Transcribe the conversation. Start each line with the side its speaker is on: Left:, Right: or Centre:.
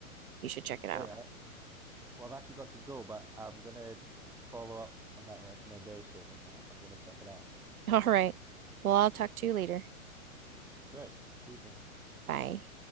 Right: you should check it
Centre: Great.
Right: out.
Centre: I, well, I've actually got to go, but I'm gonna follow up on that recommendation and I, I'm gonna check it out.
Right: <laughs> All right. Well, I'll talk to you later.
Centre: Great. See you soon.
Right: Bye.